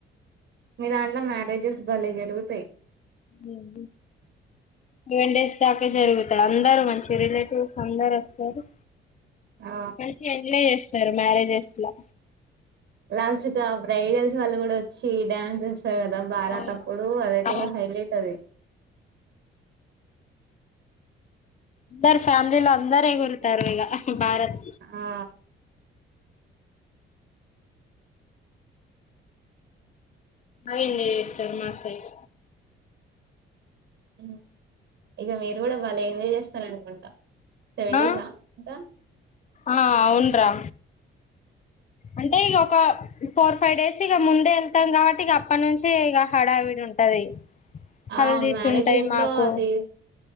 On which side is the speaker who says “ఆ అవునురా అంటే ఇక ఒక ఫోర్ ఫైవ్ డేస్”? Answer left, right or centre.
Left